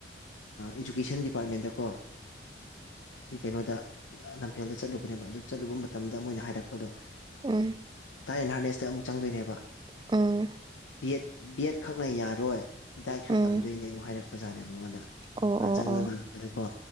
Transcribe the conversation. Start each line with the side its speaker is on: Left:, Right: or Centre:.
Left: ꯏꯗꯨꯨꯀꯦꯁꯟ ꯗꯤꯄꯥꯔꯠꯃꯦꯟꯗꯀꯣ ꯁꯤ ꯀꯩꯅꯣꯗ ꯂꯝꯐꯦꯜꯗ ꯆꯠꯂꯨꯕꯅꯦꯕ ꯑꯗꯨ ꯆꯠꯂꯨꯕ ꯃꯇꯝꯗ ꯃꯣꯏꯅ ꯍꯥꯏꯔꯛꯄ ꯗꯣ
Right: ꯎꯝ ꯎꯝ
Left: ꯊꯥꯏ ꯑꯦꯟ ꯍꯥꯔꯠꯅꯦꯁꯇ ꯑꯃꯨꯛ ꯆꯪꯗꯣꯏꯅꯦꯕ
Right: ꯑ
Left: ꯕꯤ ꯑꯦꯠ ꯕꯤ ꯑꯦꯗ ꯈꯛꯅ ꯌꯥꯔꯣꯏ ꯗꯥꯏꯛꯁꯨ
Right: ꯎꯝ
Left: ꯇꯝꯗꯣꯏꯅꯦ ꯑꯃꯨꯛ ꯍꯥꯏꯔꯛꯄꯖꯥꯠꯅꯦ ꯃꯉꯣꯟꯗ
Right: ꯑꯣ
Left: ꯃꯥ
Right: ꯑꯣ
Left: ꯆꯪꯉꯒ
Right: ꯑꯣ
Left: ꯍꯪꯕꯗꯀꯣ